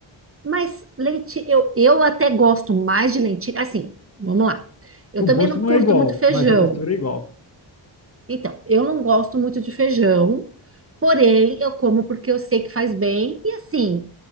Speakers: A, on the right; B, on the left.
A: Mas lentilha, eu, eu até gosto mais de lentilha. Assim, vamos lá. Eu
B: O
A: também
B: gosto
A: não
B: não
A: curto
B: é igual,
A: muito feijão.
B: mas a textura é igual.
A: Então, eu não gosto muito de feijão, porém eu como porque eu sei que faz bem. E assim,